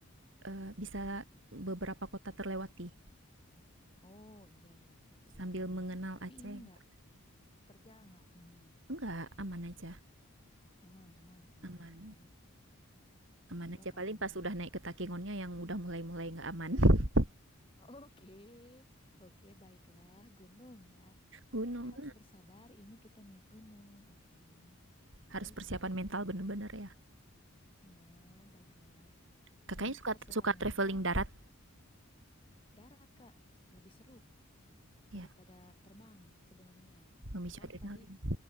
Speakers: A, on the right (about 55°); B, on the left (about 25°).
A: eh, bisa beberapa kota terlewati
B: Oh iya ya, betul-betul.
A: sambil mengenal
B: Tapi
A: Aceh
B: ini nggak
A: gitu.
B: terjal nggak ininya?
A: Enggak, aman aja.
B: Aman, aman. Oh,
A: Aman.
B: oke.
A: Aman
B: Ya udah
A: aja.
B: kalau
A: Paling
B: aman
A: pas udah
B: mah.
A: naik ke Takengonnya yang udah mulai-mulai nggak aman. <laughs>
B: <laughs> Oke, Oke, baiklah gunung ya.
A: Gunung.
B: Kita harus bersabar. Ini kita naik gunung. Oke,
A: Harus
B: Baiklah.
A: persiapan mental bener-bener ya.
B: Ya, baiklah.
A: Kakaknya
B: Nih,
A: suka
B: persiapan
A: suka
B: mental
A: traveling darat?
B: darat, Kak. Lebih seru
A: Ya,
B: daripada terbang sebenarnya.
A: memicu
B: Cuman
A: adrenalin.
B: tadi